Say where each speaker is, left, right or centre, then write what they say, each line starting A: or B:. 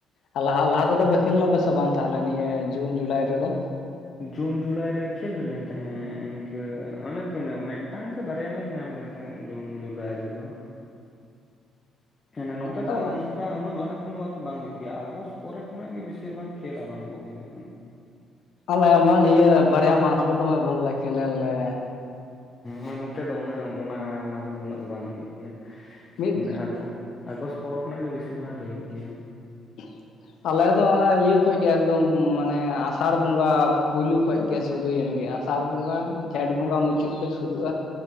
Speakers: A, on the left; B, on the left.
A: ᱟᱨ ᱞᱟᱦᱟ ᱞᱟᱦᱟ ᱛᱮ ᱫᱚ ᱯᱮ ᱠᱷᱮᱞ ᱱᱟᱯᱮ ᱥᱮ ᱵᱟᱝ ᱛᱟᱦᱞᱮ ᱱᱤᱭᱟᱹ ᱡᱩᱱ ᱡᱩᱞᱟᱭ ᱨᱮ ᱫᱚ᱾
B: ᱡᱩᱱ ᱡᱩᱞᱟᱭ ᱨᱮ ᱠᱷᱮᱞ ᱦᱩᱭᱞᱮᱱᱟ ᱛᱟᱦᱮᱸᱜ ᱤᱱᱠᱟᱹ ᱚᱱᱮ ᱛᱤᱱᱟᱹᱜ ᱢᱮ᱾ ᱢᱤᱫᱴᱟᱝ ᱥᱮ ᱵᱟᱨᱭᱟ ᱢᱮᱪ ᱧᱟᱢ ᱞᱮᱱ ᱛᱟᱦᱮᱸᱫ ᱡᱩᱱ ᱡᱩᱞᱟᱭ ᱨᱮᱫᱚ᱾ ᱢᱟᱱᱮ ᱱᱚᱛᱮ
A: ᱛᱟᱦᱚᱞᱮ
B: ᱛᱚ ᱚᱱᱠᱟ ᱩᱱᱟᱹᱜ ᱞᱟᱦᱟ ᱠᱷᱚᱱ ᱫᱚ ᱟᱨ ᱵᱟᱝ ᱦᱩᱭᱩᱜ ᱜᱮᱭᱟ ᱟᱜᱚᱥᱴ ᱯᱚᱨᱮ ᱠᱷᱚᱱᱟᱜ ᱜᱮ ᱵᱮᱥᱤᱨ ᱵᱷᱟᱜᱽ ᱠᱷᱮᱞ ᱟᱨᱟᱢᱵᱷᱚᱜ ᱜᱮᱭᱟ᱾
A: ᱟᱞᱮ ᱢᱟ ᱱᱤᱭᱟᱹ ᱵᱟᱨᱭᱟ ᱢᱟᱥ ᱜᱮ ᱫᱚᱢᱮ ᱵᱚᱞ ᱞᱮ ᱠᱷᱮᱞᱮᱱ ᱞᱮ
B: ᱦᱩᱸ ᱱᱚᱛᱮ ᱫᱚ ᱩᱱᱟᱹᱜ ᱚᱱᱟ ᱫᱚ ᱩᱱᱟᱹᱜ ᱫᱚ ᱵᱟᱝ ᱦᱩᱭᱩᱜ ᱜᱮᱭᱟ᱾
A: ᱢᱤᱫ
B: ᱢᱟᱱᱮ ᱟᱜᱚ ᱟᱜᱚᱥᱴ ᱠᱷᱚ ᱱᱟᱜ ᱜᱮ ᱵᱮᱥᱤᱨ ᱵᱷᱟᱜᱽ ᱦᱩᱭᱩᱜ ᱜᱮᱭᱟ᱾
A: <unintelligible> ᱟᱞᱮ ᱫᱚ ᱚᱱᱟ ᱤᱭᱟᱹ ᱠᱷᱚᱡ ᱜᱮ ᱮᱠᱫᱚᱢ ᱢᱟᱱᱮ ᱟᱥᱟᱲ ᱵᱚᱸᱜᱟ ᱯᱩᱭᱞᱩ ᱠᱷᱚᱡ ᱜᱮ ᱥᱩᱨᱩᱭᱮᱱ ᱜᱮᱭᱟ᱾ ᱥᱟᱨ ᱵᱚᱸᱜᱟ ᱡᱷᱮᱸᱴ ᱵᱚᱸᱜᱟ ᱢᱩᱪᱟᱹᱫ ᱠᱷᱚᱱᱚᱡ ᱥᱩᱨᱩᱜᱼᱟ᱾